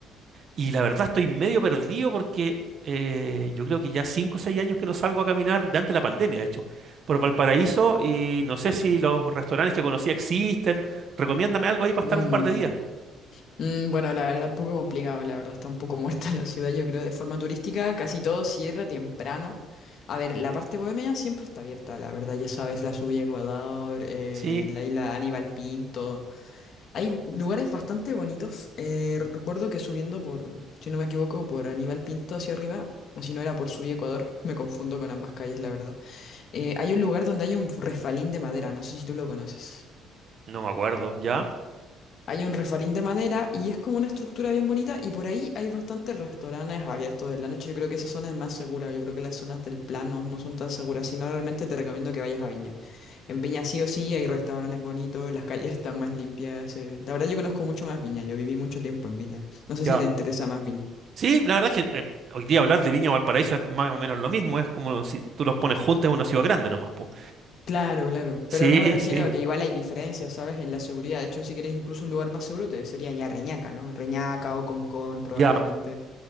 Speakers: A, on the right (about 40°); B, on the left (about 45°).
A: Y la verdad estoy medio perdido porque eh, yo creo que ya 5 o 6 años que no salgo a caminar, de antes de la pandemia, de hecho, por Valparaíso y no sé si los restaurantes que conocía existen. Recomiéndame algo ahí para
B: Mm,
A: estar un par de días.
B: mm, bueno, la verdad, un poco complicado, la verdad, está un poco muerta <laughs> la ciudad, yo creo, de forma turística, casi todo cierra temprano. A ver, la parte bohemia siempre está abierta, la verdad, ya sabes, la subida a Ecuador, eh,
A: Sí,
B: la isla Aníbal Pinto. Hay lugares bastante bonitos. eh, recuerdo que subiendo por, si no me equivoco, por Aníbal Pinto hacia arriba, o si no era por Subí Ecuador, <laughs> me confundo con ambas calles, la verdad. eh, hay un lugar donde hay un refalín de madera, no sé si tú lo conoces.
A: no me acuerdo, ¿ya?
B: Hay un refalín de madera y es como una estructura bien bonita y por ahí hay bastantes restaurantes abiertos en la noche. Yo creo que esa zona es más segura, yo creo que las zonas del plano no no son tan seguras, si no realmente te recomiendo que vayas a Viña. En Viña sí o sí hay restaurantes bonitos, las calles están más limpias. eh. La verdad yo conozco mucho más Viña, yo viví mucho tiempo en Viña. No sé
A: Ya.
B: si te interesa más Viña.
A: Sí, la verdad es que eh, hoy día hablar de Viña o Valparaíso es más o menos lo mismo, es como si tú los pones juntos en una ciudad grande nomás, po.
B: Claro, claro.
A: Sí,
B: Pero yo me refiero
A: sí,
B: a que igual hay diferencias, ¿sabes? En la seguridad. De hecho, si quieres incluso un lugar más seguro, te sería ya Reñaca, ¿no? Reñaca o Concón, probablemente.
A: ya.